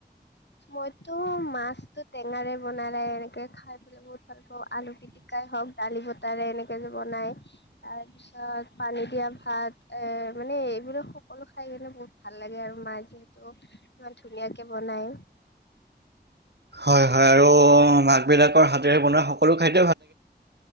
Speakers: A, on the left; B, on the right.
A: মইতো মাছতটো টেঙাৰে বনালেই এনেকে খাই লে বহুত ভাল পাওঁ আলু পিটিকাই হওক দালি ব তাৰে এনেকে যে বনাই তাৰ পিছত পানী দিয়া ভাত এ মানে এইবিলাক। সকলো খাই কিনে বহুত ভাল লাগে আৰু মায়ে যিহেতু ইমান ধুনীয়াকে বনাই।
B: হয়, হয়, আৰু মাক বিলাকৰ হাতেৰে বনোৱা সকলো খাদ্য